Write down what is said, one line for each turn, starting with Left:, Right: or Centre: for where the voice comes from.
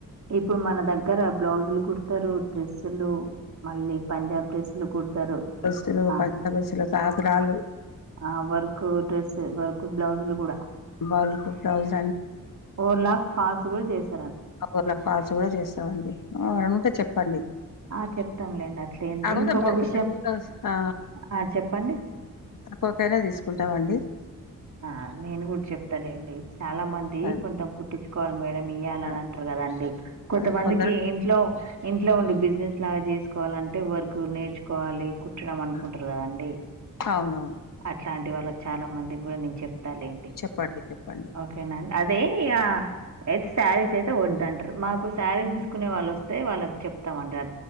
Right: ఇప్పుడు మన దగ్గర బ్లౌజులు కుతారు డ్రెస్సులు మళ్ళీ పంజాబ్ డ్రెస్సులు కుడతారు
Left: డ్రెస్సులు
Right: ఆ
Left: పంజాబ్ డ్రెస్సులు గాగ్రాలు
Right: ఆ వర్క్ డ్రెస్ వర్క్ బ్లౌజ్లు కూడా
Left: వాళ్ళకు బ్లౌజ్
Right: ఓర్ లాక్ ఫాల్స్ కూడా చేస్త
Left: ఆ ఊర్ల ఫాల్స్ కూడా చేస్తావండి వర ఉంటే చెప్పండి
Right: ఆ చెప్తాంలేండి అట్లేంది
Left: కాకపోతే
Right: ఇంకొక
Left: మనీ
Right: విషయం
Left: ఆ
Right: ఆ చెప్పండి
Left: తక్కుకైనా తీసుకుంటాం అండి
Right: ఆ నేను కూడా చెప్తాలేండి చాలా మంది
Left: అదే
Right: కొంచెం కుట్టించుకోవాలి మేడం ఇయ్యాలని
Left: అ
Right: అంటారు కదండి కొంతమందికి
Left: ఆ కొందరు
Right: ఇంట్లో ఇంట్లో ఉండి బిజినెస్ లాగా చేసుకోవాలంటే వర్కు నేర్చుకోవాలి కు ట్టడం అనుకుంటారు
Left: ఆ!
Right: కదండి
Left: అవునవును.
Right: అట్లాంటి వాళ్ళకి చాలా మంది కూడా నేను చెప్ చెపత్తా లెండి
Left: చెప్పండి. చెప్పండి.
Right: ఓకేనండి అదే ఇక అయితే శారీస్ అయితే వదు అంటారు మాకు శారీస్ తీసుకునే వాళ్ళు వస్తే వాళ్ళకి చెప్తామంటారు